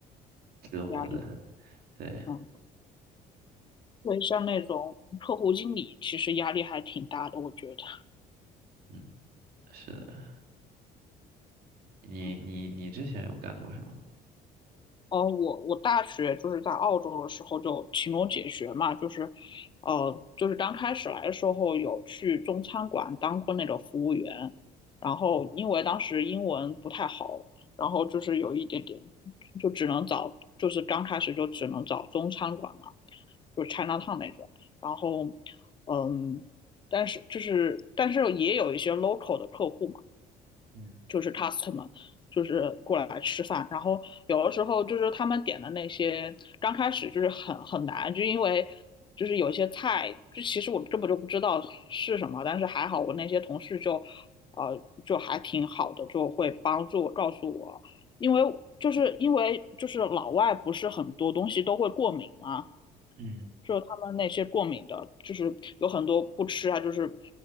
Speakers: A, on the right; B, on the left.
A: 折磨的。
B: 压力，
A: 对，
B: 嗯，对，像那种客户经理，其实压力还挺大的，我觉得，
A: 嗯，是的。你你你之前有干过什么？
B: 嗯，哦，我我大学就是在澳洲的时候就勤工俭学嘛，就是，呃，就是刚开始来的时候有去中餐馆当过那个服务员，然后因为当时英文不太好。
A: 嗯
B: 然后就是有一点点，就只能找，就是刚开始就只能找中餐馆嘛。就是 Chinatown 那种。然后，嗯，但是就是但是也有一些 local 的客户嘛，
A: 嗯
B: 就是 customer，就是过来吃饭。然后有的时候就是他们点的那些，刚开始就是很很难，就因为就是有些菜，就其实我根本就不知道是什么，但是还好我那些同事就，呃，就还挺好的，就会帮助我告诉我，因为。就是因为就是老外不是很多东西都会过敏嘛，
A: 嗯，
B: 就是他们那些过敏的，就是有很多不吃啊，就是